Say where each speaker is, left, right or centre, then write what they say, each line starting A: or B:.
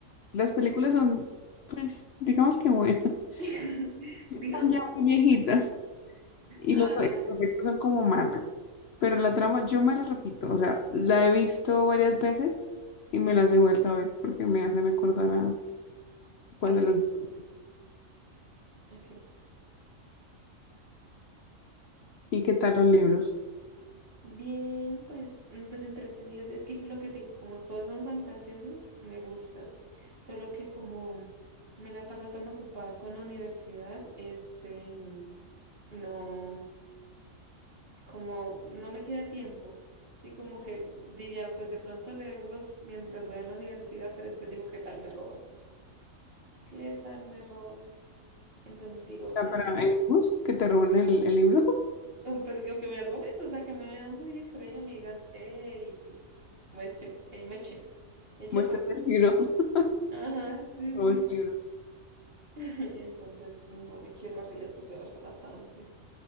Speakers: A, on the left (about 60°); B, on the right (about 45°).
A: las películas son, pues, digamos que buenas.
B: <laughs>
A: Son
B: Digamos.
A: ya muy viejitas. Y
B: Ay,
A: los, los efectos son como malos. Pero la trama, yo me la repito, o sea, la he visto varias veces y me las he vuelto a ver porque me hacen acordar a cuando
B: ok,
A: los vi.
B: ok.
A: ¿Y qué tal los libros?
B: Bien, pues, mm, pues entretenidos. Es que lo que te digo, como todos son fantasiosos, me gusta. Solo que como me la paso tan ocupada con la universidad, este, no, como no me queda tiempo. Sí, como que diría, pues de pronto leerlos mientras voy a la universidad, pero después digo, ¿qué tal me roban? ¿Qué tal me roban? Entonces digo,
A: Ah,
B: no,
A: para en el bus, que te roben el, el libro, <laughs>
B: un pescado que me roben, o sea, que me vean muy extraña me digan, hey, mueche, hey, meche, eche
A: muestras
B: para acá.
A: el libro, te
B: Ajá, sí,
A: robas
B: sí.
A: el libro.
B: <laughs> Entonces no me quiero arriesgar a tanto.